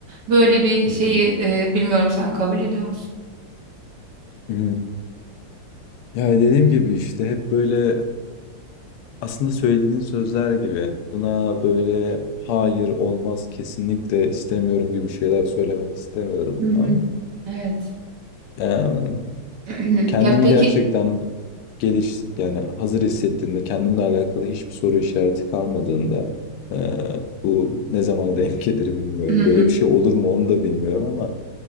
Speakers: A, on the right; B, on the left.
A: Böyle bir
B: Hı
A: şeyi
B: hı.
A: e, bilmiyorum sen kabul ediyor musun?
B: Hı. Ya dediğim gibi işte hep böyle Aslında söylediğin sözler gibi buna böyle hayır olmaz kesinlikle istemiyorum gibi şeyler söylemek istemiyorum
A: Hı hı.
B: ama
A: Evet.
B: em,
A: <clears throat>
B: kendimi
A: Ya peki.
B: gerçekten geliş yani hazır hissettiğimde kendimle alakalı hiçbir soru işareti kalmadığında e, bu ne zamana denk gelir bilmiyorum.
A: Hı hı.
B: Böyle bir şey olur mu onu da bilmiyorum ama